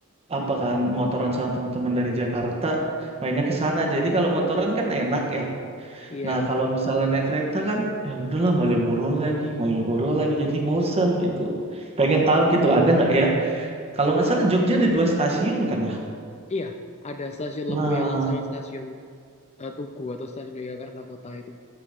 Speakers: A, on the right (about 30°); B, on the left (about 30°).
A: apa kan motoran sama teman-teman dari Jakarta mainnya ke sana. Jadi kalau motoran kan enak ya
B: Iya,
A: Nah, kalau misalnya naik kereta kan, ya udahlah Malioboro lagi, Malioboro lagi, jadi bosen gitu. Pengen tahu gitu, ada nggak ya? Kalau nggak salah Jogja ada dua stasiun kan ya?
B: iya, ada stasiun
A: Nah,
B: Lempuyangan sama stasiun eh, Tugu atau stasiun Yogyakarta Kota itu.